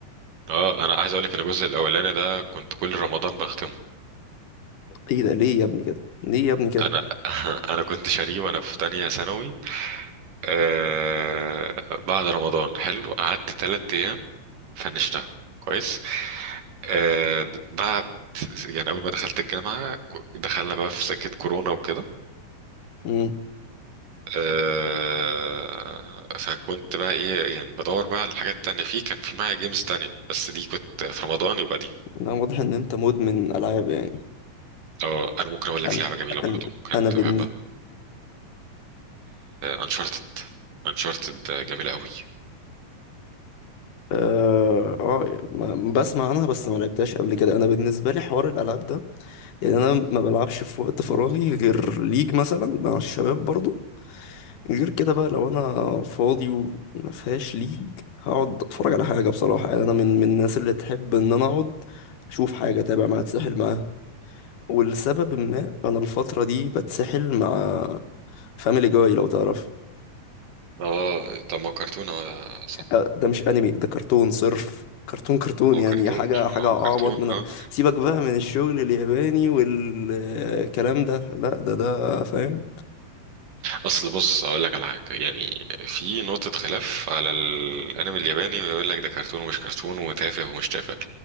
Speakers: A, on the right (about 65°); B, on the left (about 70°).
A: اه انا عايز اقول لك ان الجزء الاولاني ده كنت كل رمضان بختمه
B: ايه ده ليه يا ابني كده ليه يا ابني كده
A: انا <laughs> انا كنت شاريه وانا في تانية ثانوي آه بعد رمضان حلو قعدت تلات ايام فنشتها كويس آه د- بعد يعني اول ما دخلت الجامعة ك- دخلنا بقى في سكة كورونا وكده
B: امم
A: آه فكنت بقى ايه يعني بدور بقى على الحاجات التانية في كان في معايا جيمز تانية بس دي كنت في رمضان يبقى دي
B: لا واضح ان انت مدمن العاب يعني
A: اه انا ممكن اقول لك
B: انا
A: لعبة جميلة برضه
B: انا
A: كنت
B: انا بن...
A: بحبها انشارتد انشارتد جميلة قوي
B: اه آه، يعني ما- بسمع عنها بس ما لعبتهاش قبل كده انا بالنسبه لي حوار الالعاب ده يعني انا ما بلعبش في وقت فراغي غير ليج مثلا مع الشباب برضو غير كده بقى لو انا فاضي وما فيهاش ليج هقعد اتفرج على حاجه بصراحه يعني انا من من الناس اللي تحب ان انا اقعد اشوف حاجه اتابع معاها اتسحل معاها ولسبب ما انا الفتره دي بتسحل مع فاميلي جاي لو تعرف
A: اه طب ما هو كرتون اه صح
B: آه، ده مش انمي ده كرتون صرف كرتون كرتون
A: ما
B: يعني
A: هو كرتون
B: حاجة حاجة
A: ما هو
B: أعبط
A: كرتون
B: من ال-
A: اه
B: سيبك بقى من الشغل الياباني والكلام ده لا ده ده فاهم
A: اصل بص اقول لك على حاجه يعني في نقطه خلاف على الانمي الياباني ويقول لك ده كرتون ومش كرتون وتافه ومش تافه